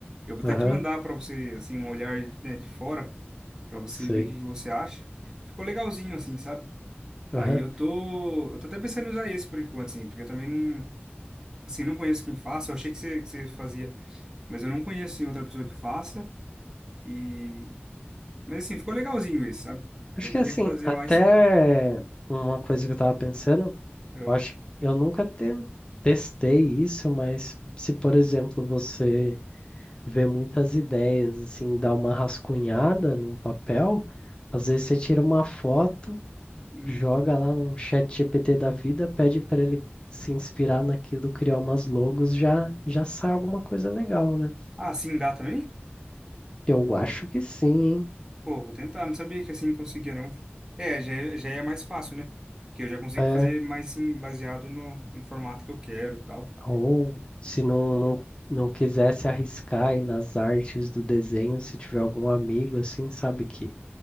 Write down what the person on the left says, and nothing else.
Aham,
sei.
Aham.
Acho
que
assim,
até
uma coisa que eu tava pensando,
eu acho que eu nunca ten- testei isso, mas se, por exemplo, você vê muitas ideias, assim, dá uma rascunhada num papel, às vezes você tira uma foto,
joga lá num chat GPT da vida, pede para ele se inspirar naquilo, criar umas logos, já já sai alguma coisa legal, né?
Eu acho que sim, hein?
É.
Ou se não, não, não quisesse arriscar aí nas artes do desenho, se tiver algum amigo assim, sabe, que,